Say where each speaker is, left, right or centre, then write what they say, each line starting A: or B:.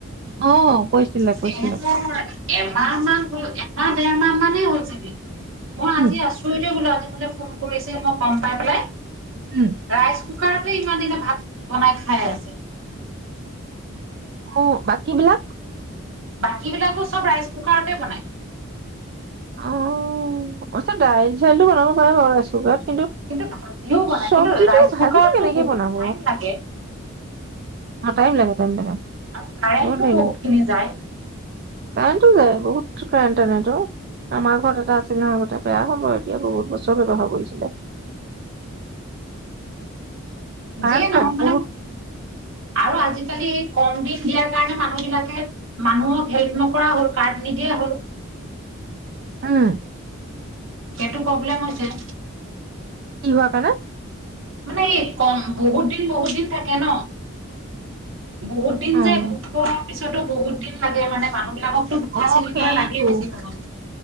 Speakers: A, on the right (about 45°); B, on the right (about 65°).
A: অ,। কৈছিলে
B: <inaudible>
A: কৈছিলে
B: এমাহ মান গ'ল এমাহ দেৰ মাহ মানে হ'ল ছাগে? মই আজি
A: উম
B: আচৰিতে হ'লত।। মোলে ফোন কৰিছে মই গম পাই পেলাই?
A: উম
B: ৰাইজ। কুকাৰতে ইমান দিনে ভাত বনাই খাই আছে।
A: ওহঁ বাকী বিলাক?
B: বাকী বিলাকো চব ৰাইচ কুকাৰতে বনাই।
A: অ', আচ্ছা দাইল চাইলটো বনাব পাৰোঁ বাৰু ৰাইচ কুকাৰত।
B: কিন্তু ভাজিও বনাই
A: চব্জিটো
B: কিন্তু ৰাইচ কুকাৰতটো
A: ভাজিটো কেনেকে
B: বহুত
A: বনাব
B: টাইম লাগে?
A: অ টাইম লাগে টাইম লাগে
B: আৰু কাৰেণ্টটো
A: বহুত টাইম লাগে।
B: খিনি যায়
A: কাৰেণ্টটো যায়, বহুত কাৰেণ্ট টানেটো। আমাৰ ঘৰত এটা আছিল নহয় আগতে, বেয়া হ'ল বাৰু এতিয়া বহুত বছৰ ব্যৱহাৰ কৰিছিলে। কাৰেণ্ট
B: যিয়ে নহক
A: লাগে
B: মানে
A: বহুত
B: আৰু আজি।। আজিকালি কম দিন দিয়াৰ কাৰণে মানুহ বিলাকে মানুহক হেল্প নকৰা হ'ল কাৰ্ড নিদিয়া হ'ল
A: উম।
B: এইটো প্ৰব্লেম হৈছে।
A: কি হোৱা কাৰণে।
B: মানে এই। কম বহুত দিন বহুত দিন থাকে ন বহুত দিন
A: অ
B: যে বোক কৰাৰ পিছত।। তেতিয়া টো বহুত দিন লাগে মানে মানুহ। এইবিলাককটো দুটা
A: অ
B: চিলিণ্ডাৰ
A: সেইটো
B: লাগেই বেছি ভাগক।